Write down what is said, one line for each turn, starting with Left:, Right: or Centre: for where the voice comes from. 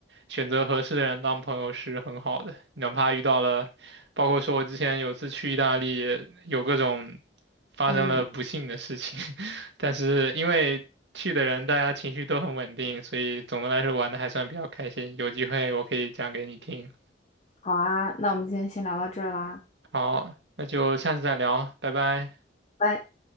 Right: 选择合适的人当朋友是很好的，哪怕遇到了，包括说我之前有次去意大利，有各种发生了不幸的事情，
Left: 嗯，
Right: <laughs> 但是因为去的人大家情绪都很稳定，所以总的来说玩的还算比较开心。有机会我可以讲给你听。
Left: 好啊，那我们今天先聊到这儿啦。
Right: 好，那就下次再聊，拜拜。
Left: 拜。